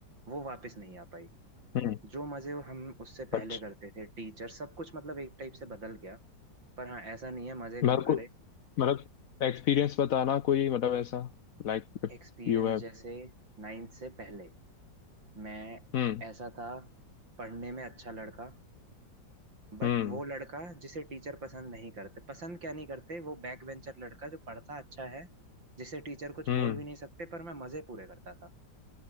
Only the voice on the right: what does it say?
वो वापस नहीं आ पाई
जो मजे हम उससे पहले
करते थे टीचर सब कुछ मतलब एक टाइप से बदल गया पर हाँ ऐसा नहीं है मजे कम
करे
एक्सपीरियंस
जैसे नाइन्थ से पहले मैं
ऐसा था पढ़ने में अच्छा लड़का बट
वो लड़का जिसे टीचर पसंद नहीं करते पसंद क्या नहीं करते वो बैक बेंचर लड़का जो पढ़ता अच्छा है जिसे टीचर कुछ
बोल भी नहीं सकते पर मैं मजे पूरे करता था